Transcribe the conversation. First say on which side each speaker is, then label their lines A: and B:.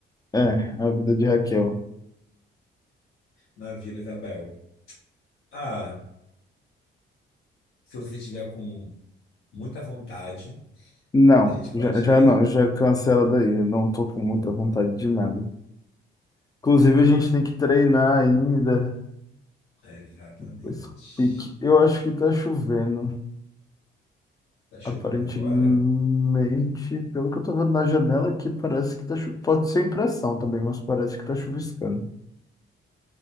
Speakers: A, on the left; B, on the left.
A: É, a vida de Raquel.
B: na Vila Isabel. Ah, se você estiver com muita vontade,
A: Não,
B: a gente pode
A: já, já
B: ir.
A: não, já cancela daí, eu não tô com muita vontade de nada. Inclusive, a gente tem que treinar ainda.
B: Exatamente.
A: Pois pique. Eu acho que tá chovendo.
B: Tá chovendo
A: Aparentemente,
B: agora?
A: pelo que eu tô vendo na janela aqui, parece que tá chovendo. Pode ser impressão também, mas parece que tá chuviscando.